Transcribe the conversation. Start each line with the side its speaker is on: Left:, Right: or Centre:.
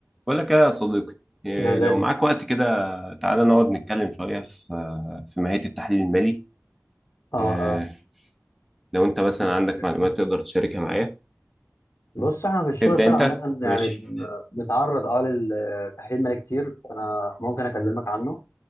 Centre: بقول لك إيه يا صديقي إيه،
Left: يا غالي
Centre: لو معاك وقت كده تعالى نقعد نتكلم شوية في في ماهية التحليل المالي
Left: اه
Centre: إيه،
Left: اه
Centre: لو انت مثلا
Left: مفيش مشكلة
Centre: عندك معلومات تقدر تشاركها معايا
Left: بص احنا في الشغل
Centre: تبدأ
Left: بتاعنا
Centre: انت
Left: عامة
Centre: ماشي
Left: يعني بن- بنتعرض اه للتحليل مالي كتير فانا ممكن اكلمك عنه